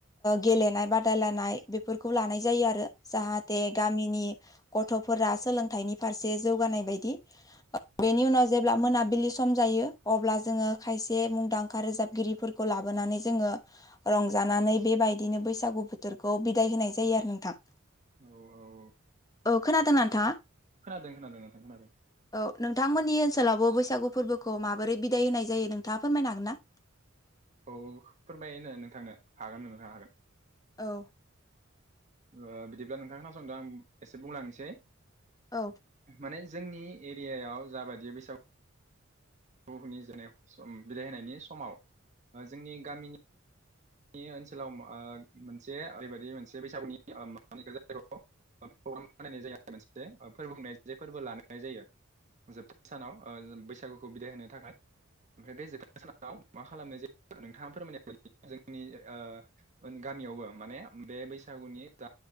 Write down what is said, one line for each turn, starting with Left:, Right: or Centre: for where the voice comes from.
Left: गेलेनाय बादायलायनाय बेफोरखौ लानाय जायो आरो जाहाथे गामिनि गथ'फोरा सोलोंथाइनि फारसे जौगानाय बायदि बेनि उनाव जेब्ला मोनाबिलि सम जायो अब्ला जोङो खायसे मुंदांखा रोजाबगिरिफोरखौ लाबोनानै जोङो रंजा लानानै बेबायदिनो बैसागु बोथोरखौ बिदाय होनाय जायो आरो नोंथां
Right: औ औ औ
Left: औ खोनादों ना नोंथाङा?
Right: खोनादों खोनादों नोंथां खोनादों।
Left: औ नोंथांमोननि ओनसोलावबो बैसागु फोरबो खौ माबोरै बिदाय होनाय जायो नोंथाङा फोरमायनो हागोन ना?
Right: औ औ फोरमायनो नोंथांनो हागोन नोंथां हागोन।
Left: औ
Right: ओ बिदिब्ला नोंथां खोनासंदो आं एसे बुंलांनोसै
Left: औ
Right: माने जोंनि एरियायाव जाबायदि बैसागु हुहोनि जेने बिदाय होनायनि समाव जोंनि गामिनि जोंनि ओनसोलाव ओ मोनसे ओरैबायदि मोनसे बैसागुनि मा होनो इखो जायखो ओ प्रग्राम बानायनाय जायो आरो मोनसे फोरबो खुंनाय जे फोरबो लानाय जायो। जोबथा सानाव ओ बैसागुखौ बिदाय होनो थाखाय ओमफ्राय बे जोबथा सानाव मा खालामनाय जायो नोंथाङा फोरमायनाय बायदि जोंनि ओ गामियावबो माने बे बैसागुनि जा